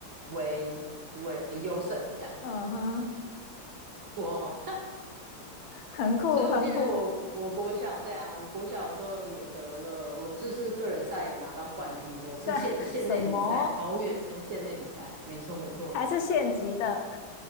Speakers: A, on the right; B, on the left.
A: 为为优胜这样子。
B: 嗯哼，
A: 我，
B: 很酷很酷。
A: 所以我记得我我国小，对啊，我国小的时候有得了，我这是个人赛有拿到冠军过，是县县内的比赛，
B: 对，什么？
A: 桃园县内比赛，没错没错，
B: 还是县级的？